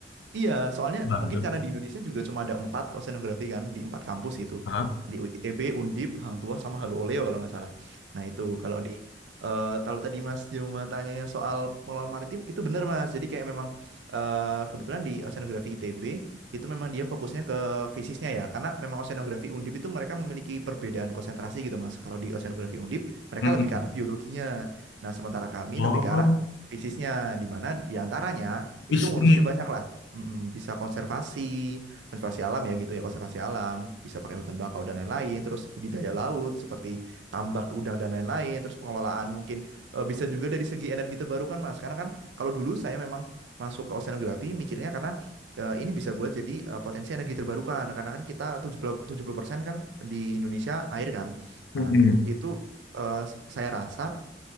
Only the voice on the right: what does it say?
Iya, soalnya
mungkin karena di Indonesia juga cuma ada empat oceanografi kan di empat kampus gitu
di ITB, Undip, Hang Tua sama Halu Oleo kalau nggak salah. Nah itu kalau di eh, kalau tadi Mas Joma tanyanya soal pengelolaan maritim itu benar Mas. Jadi kayak memang eh, kebetulan di oceanografi ITB itu memang dia fokusnya ke fisiknya ya, karena memang oceanografi Undip itu mereka memiliki perbedaan konsentrasi gitu Mas. Kalau di oceanografi Undip mereka
lebih ke arah biologinya. Nah sementara kami
lebih ke arah fisiknya. di mana diantaranya antaranya
itu ngurusinnya banyak lah mm, bisa konservasi, konservasi alam ya gitu ya, konservasi alam, bisa pakai hutan bakau dan lain-lain, terus budidaya laut seperti tambak udang dan lain-lain, terus pengelolaan mungkin eh, bisa juga dari segi energi terbarukan Mas. Karena kan kalau dulu saya memang masuk ke oceanografi mikirnya karena eh, ini bisa buat jadi eh, potensi energi terbarukan karena kan kita tujuh tujuh puluh tujuh puluh persen kan di Indonesia air kan.
Nah, itu eh, saya rasa